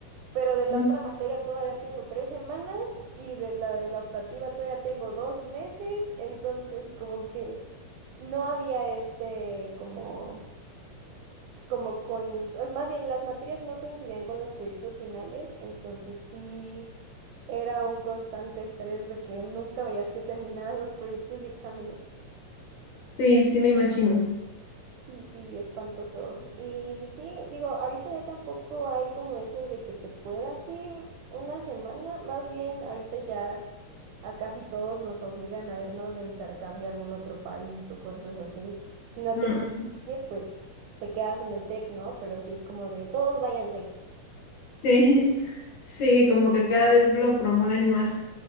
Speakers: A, on the right (about 80°); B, on the left (about 75°).
A: pero de la
B: mm.
A: otra materia todavía tengo tres semanas y de la de la optativa todavía tengo dos meses, entonces como que no había este como como coin, eh, más bien las materias no coincidían con los proyectos finales, entonces sí era un constante estrés de que nunca veías que terminaran los proyectos y exámenes.
B: Sí, sí me imagino.
A: Sí, sí, espantoso. Y sí, digo, ahorita ya tampoco hay como eso de que te puedas ir una semana, más bien ahorita ya a casi todos nos obligan a irnos de intercambio a algún otro país o cosas así. Si no
B: Mm,
A: te puedes ir, pues te quedas en el TEC, ¿no? Pero sí es como de todos váyanse.
B: Sí, <laughs> sí, como que cada vez lo promueven más